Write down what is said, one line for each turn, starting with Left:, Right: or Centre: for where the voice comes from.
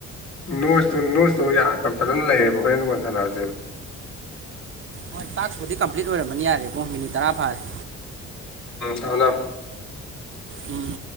Left: ꯅꯣꯁꯇꯨ ꯅꯣꯁꯇꯨ ꯌꯥꯝ ꯐꯖꯅ ꯂꯩꯌꯦꯕ ꯍꯣꯔꯦꯟ ꯀꯣꯟꯅ ꯁꯥꯟꯅꯔꯁꯦꯕ
Right: ꯍꯣꯏ ꯇꯥꯛꯁꯄꯨꯗꯤ ꯀꯝꯄ꯭ꯂꯤꯠ ꯑꯣꯏꯔꯝꯃꯅꯤ ꯌꯥꯔꯦ ꯏꯕꯨꯡꯉꯣ ꯃꯤꯅꯤꯠ ꯇꯔꯥ ꯐꯥꯔꯦ
Left: ꯊꯝꯊꯝ
Right: ꯎꯝ ꯎꯝ